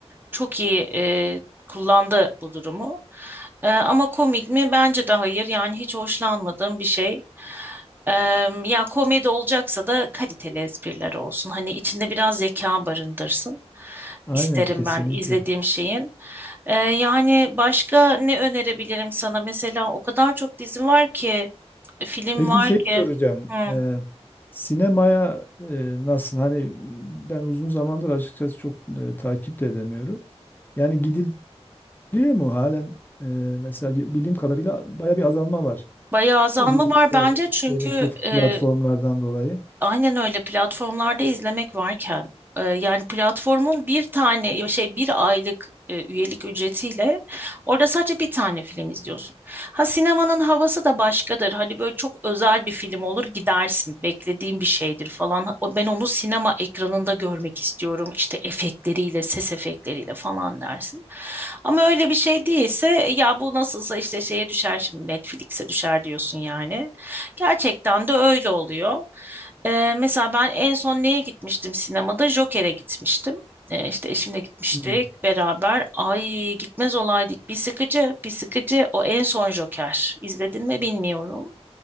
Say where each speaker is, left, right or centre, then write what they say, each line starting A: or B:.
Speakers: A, on the right (about 20°); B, on the left (about 15°).
A: çok iyi e, kullandı bu durumu. E, ama komik mi? Bence de hayır. Yani hiç hoşlanmadığım bir şey. E, ya komedi olacaksa da kaliteli espriler olsun. Hani içinde biraz zeka barındırsın.
B: Aynen
A: isterim
B: kesinlikle.
A: ben izlediğim şeyin. Ee, yani başka ne önerebilirim sana? Mesela o kadar çok dizi var ki, film
B: Peki
A: var
B: şey
A: ki.
B: soracağım.
A: Hı.
B: Ee, sinemaya e, nasıl? Hani ben uzun zamandır açıkçası çok e, takip de edemiyorum. Yani gidiliyor mu halen? E, mesela gi- bildiğim kadarıyla baya bir azalma var.
A: Bayağı azalma
B: De Bu
A: var
B: işte
A: bence çünkü
B: şeydeki
A: e,
B: platformlardan dolayı.
A: Aynen öyle platformlarda izlemek varken e, yani platformun bir tane ya şey bir aylık e, üyelik ücretiyle orada sadece bir tane film izliyorsun. Ha sinemanın havası da başkadır. Hani böyle çok özel bir film olur gidersin. Beklediğin bir şeydir falan. O- Ben onu sinema ekranında görmek istiyorum. İşte efektleriyle, ses efektleriyle falan dersin. Ama öyle bir şey değilse ya bu nasılsa işte şeye düşer şimdi Netflix'e düşer diyorsun yani. Gerçekten de öyle oluyor. Ee, mesela ben en son neye gitmiştim sinemada? Joker'e gitmiştim. Ee, işte eşimle gitmiştik
B: Hmm.
A: beraber. Ay gitmez olaydık. Bir sıkıcı, bir sıkıcı. O en son Joker. İzledin mi bilmiyorum.